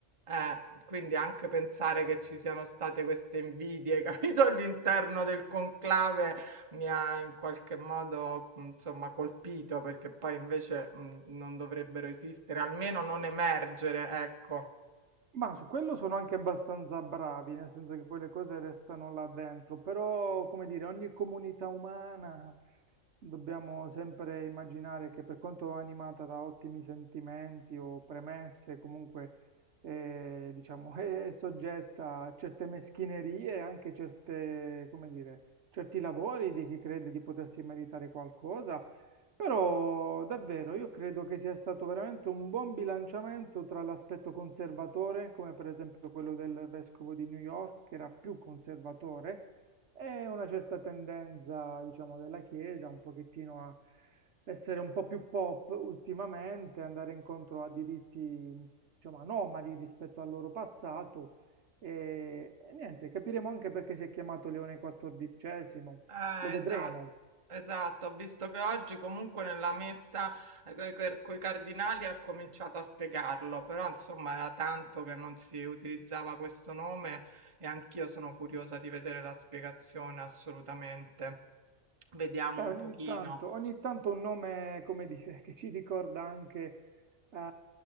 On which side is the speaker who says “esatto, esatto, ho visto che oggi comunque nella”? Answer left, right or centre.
Right